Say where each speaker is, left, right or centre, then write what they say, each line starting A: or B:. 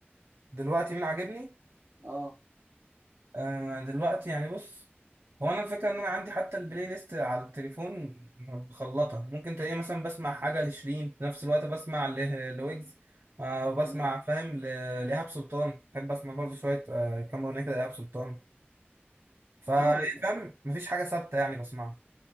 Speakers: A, on the right; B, on the right.
A: دلوقتي مين عاجبني
B: اه
A: آه دلوقتي يعني بص هو انا الفكره ان انا عندي حتى البلاي ليست على التليفون مخلطه ممكن تلاقيه مثلا بسمع حاجه لشيرين في نفس الوقت بسمع ل- لويجز آه بسمع
B: امم
A: فاهم ل- لإيهاب سلطان بحب اسمع برضه شويه آه كام اغنيه كده لإيهاب سلطان فا-
B: اه
A: فاهم مفيش حاجه ثابته يعني بسمعها